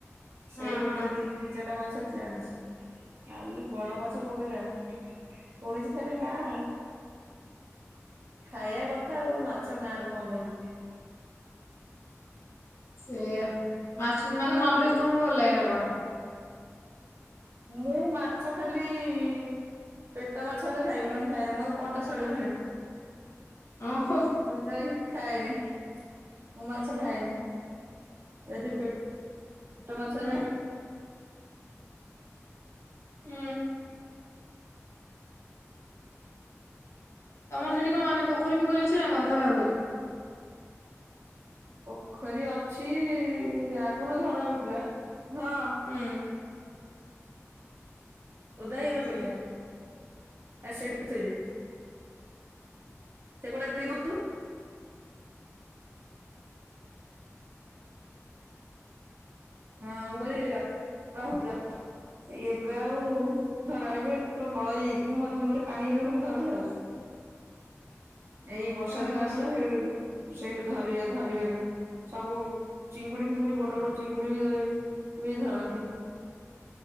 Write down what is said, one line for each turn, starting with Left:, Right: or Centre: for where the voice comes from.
Right: ସେଇ
Left: ହଁ
Right: ଗୋଟେ
Left: ହଁ।
Right: ଦି ଦି ଚାରଟା ମାଛ ଜାଣିଛି। ଆଉ ଇଏ ବଡ ମାଛ କୋଉରା ଜାଣିନି ଶୁଣିଛି ଖାଲି ନା ଆଉ। ଖାଇବା କଥା ଆଉ ମାଛ ନାଁରୁ କଣ ମିଳୁଛି।
Left: ସେଇଆ ମାଛ ମାନେ ନନଭେଜ ତମକୁ ଭଲ ଲାଗେନା କଣ?
Right: ମୁଁ ମାଛ ଖାଲି ଇ ପେଟ ମାଛ ହେଲେ ଖାଇବି ନ ହେଲେ ଖାଏନି ମୁଁ କଣ୍ଟା ଛଡେଇ ପାରେନି।
Left: ଅଁ ହଁ।
Right: ମୁଁ ଯେତେବେଳେ ଖାଏନି ମୁଁ ମାଛ ଖାଏନି ଯଦି ପେଟ ଛୋଟ ମାଛ
Left: ହୁଁ
Right: ଗୁରା
Left: ହୁଁ। ତମର ସେଠି କଣ ମାନେ ପୋଖରୀ ପୋଖରୀ ଅଛି ନା କଣ ଧରା ହୁଏ?
Right: ପୋଖରୀ ଅଛି ଆଗରୁ ଧରା ହଉଥିଲା ହଁ।
Left: ଉଁ
Right: ଓଦା ହେଇଗଲା ପଇସା ଆଉ ସେଇଠି ଥୋଇଦେ। ସେପଟେ ନେଇଯାଉନୁ। <inaudible> ହଁ ମୁଁ କହିଲି ରାତି ରହୁଥିଲା ଏବେ ଆଉ ଧରା ସବୁ ଦଳ ହେଇଯାଇଛି ମଝିରେ ମଝିରେ ପାଣି ହେଲେ ପୁଣି ଧରନ୍ତି ଆଉ। ଏଇ ବର୍ଷା
Left: ହୁଁ
Right: ଦିନ ଆସିଲା ହେଇ ସେଇଠୁ ଧର ଧରିବେ ଏବେ ସବୁ ଚିଙ୍ଗୁଡି ଫିଙ୍ଗୁଡି ବଡ ବଡ ଚିଙ୍ଗୁଡି <inaudible> ବି ଧରନ୍ତି।